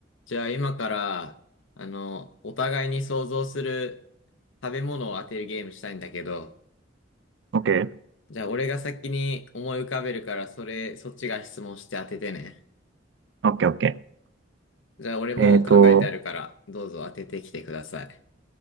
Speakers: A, on the left; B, on the right.
A: じゃあ今から、あの、お互いに想像する食べ物を当てるゲームしたいんだけど、
B: オッケー、
A: じゃあ俺が先に思い浮かべるから、それ、そっちが質問して当ててね。
B: オッケー、オッケ
A: じゃあ俺もう考えてあるから、
B: ー。えっと、
A: どうぞ当ててきてください。